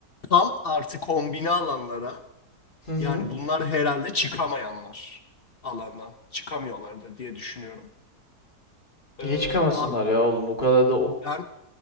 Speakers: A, on the left; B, on the left.
A: kamp artı kombine alanlara
B: Hı hı.
A: yani bunlar herhalde çıkamayanlar alandan. Çıkamıyorlardır diye düşünüyorum. Ee,
B: Niye çıkamasınlar
A: ar-
B: ya oğlum o kadar da o-
A: ben,